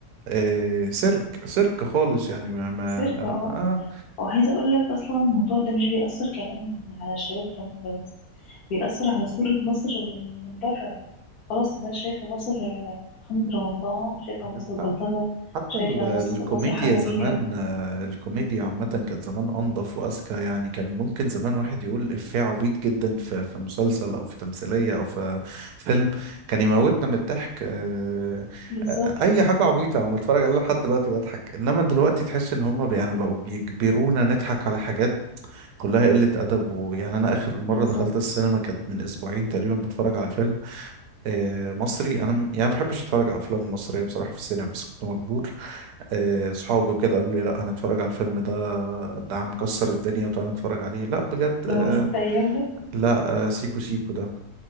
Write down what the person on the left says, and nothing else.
سيرك
اه
وعايزة أقول لك أصلا الموضوع ده مش بيأثر كمان على الشباب في مصر بس بيأثر على صورة مصر من من بره خلاص الناس شايفة مصر آه، محمد رمضان شايفة
مصر بلطجة
شايفة
ناس مصر حمو
بيكا
بالظبط
بالظبط
لو
ست أيام ده